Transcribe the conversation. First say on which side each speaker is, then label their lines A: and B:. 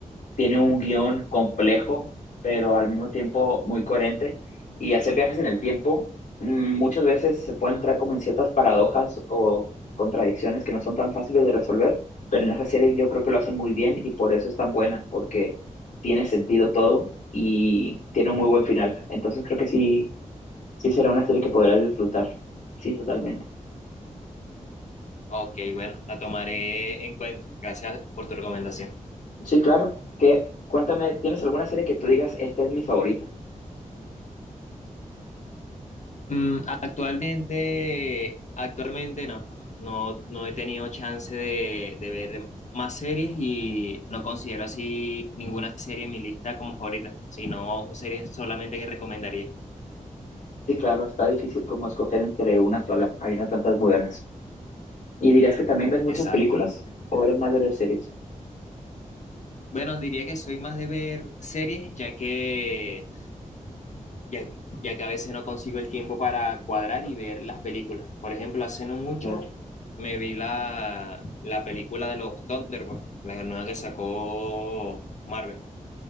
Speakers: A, on the left; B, on the left.
A: tiene un guión complejo, pero al mismo tiempo muy coherente. Y hacer viajes en el tiempo mm, muchas veces se puede entrar como en ciertas paradojas o contradicciones que no son tan fáciles de resolver, pero en esa serie yo creo que lo hacen muy bien y por eso es tan buena, porque tiene sentido todo y tiene un muy buen final. Entonces creo que sí Sí, será una serie que podrás disfrutar. Sí, totalmente.
B: Ok, bueno, la tomaré en cuenta. Gracias por tu recomendación.
A: Sí, claro. Que, cuéntame, ¿tienes alguna serie que tú digas, esta es mi favorita?
B: Mm, actualmente, actualmente no, no, no he tenido chance de, de ver más series y no considero así ninguna serie en mi lista como favorita, sino series solamente que recomendaría.
A: Sí, claro, está difícil como escoger entre una sola. Habiendo tantas muy buenas. ¿Y dirías que también ves muchas
B: Exacto.
A: películas o eres más de ver series?
B: Bueno, diría que soy más de ver series, ya que, ya, ya que a veces no consigo el tiempo para cuadrar y ver las películas. Por ejemplo, hace no mucho
A: Claro.
B: me vi la, la película de los Thunderbolts, la nueva que sacó Marvel.